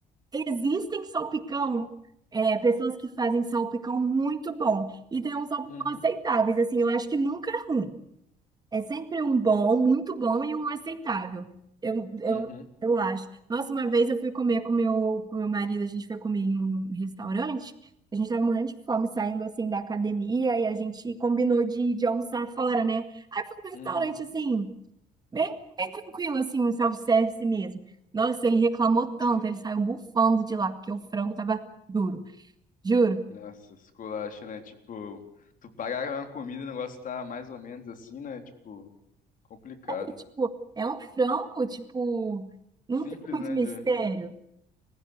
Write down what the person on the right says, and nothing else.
existem salpicão, é, pessoas que fazem salpicão muito bom. E tem uns salpicão
aceitáveis, assim, eu acho que nunca é ruim. É sempre um bom, muito bom e um aceitável. Eu, eu,
eu acho. Nossa, uma vez eu fui comer com meu, com meu marido, a gente foi comer em um restaurante, a gente tava morrendo de fome saindo assim da academia e a gente combinou de, de almoçar fora, né? Aí foi um restaurante
assim, bem, bem tranquilo, assim, um self-service mesmo. Nossa, ele reclamou tanto,
ele saiu bufando de lá, porque o frango tava duro, juro.
E, tipo, é um frango, tipo, não
tem muito
mistério,